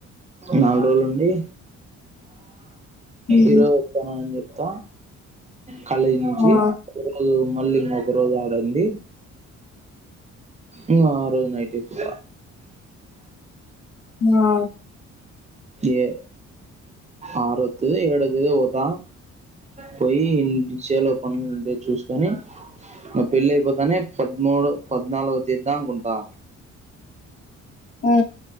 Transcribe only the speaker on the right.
నల్రోజులుండి
ఈ రోజు వస్తాను అని చె ప్తా కాలేజ్ నుంచి
ఒక రోజు మళ్ళీ ఇంకొక రోజు లండి ఇంగా ఆరోజు నైట్ ఎక్కుత
ఏ అరొత్తే ఏడో తేదీ పోతా పోయి ఇ సేల్లో పనులుంటే చూస్కోని మ పెళ్ళైపోతానే పద్మూడు పద్నాల్గో తేద్దాంకుంటా